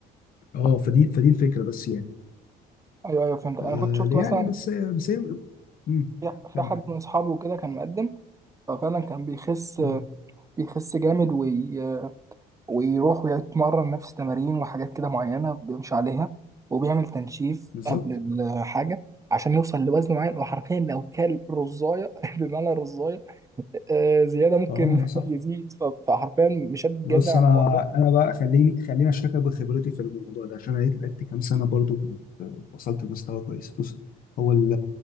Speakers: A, on the left; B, on the right.
A: اه فدي فدي الفكره بس يعني
B: ايوه ايوه فهمت انا
A: ف-
B: كنت شفت
A: يعني
B: مثلا
A: بس بس هي مم.
B: في
A: كمل.
B: في حد من اصحابه كده كان مقدم ففعلا كان بيخس
A: مم.
B: بيخس جامد وي ويروح ويتمرن نفس تمارين وحاجات كده معينة بيمشي عليها وبيعمل تنشيف
A: بالظبط
B: قبل الحاجة عشان يوصل لوزن معين وحرفيا لو كل رزاية <laughs> بمعنى رزاية آه، زيادة ممكن
A: اه لا صح
B: <laughs> يزيد ف- فحرفيا مش هتتجدع
A: بص انا
B: على الحوار ده
A: انا بقى خليني خليني اشاركك بخبرتي في الموضوع ده عشان انا لعبت كام سنه برضو كنت وصلت لمستوى كويس بص هو ال...